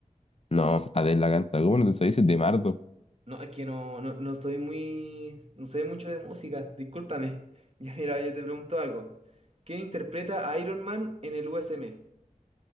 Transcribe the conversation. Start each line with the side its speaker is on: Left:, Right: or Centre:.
Left: No, Adele la canta. ¿Cómo no te sabes Es de Mardo?
Right: No, es que no, no, no estoy muy, no sé mucho de música, discúlpame. <laughs> Ya mira, yo te pregunto algo. ¿Quién interpreta a Iron Man en el USM?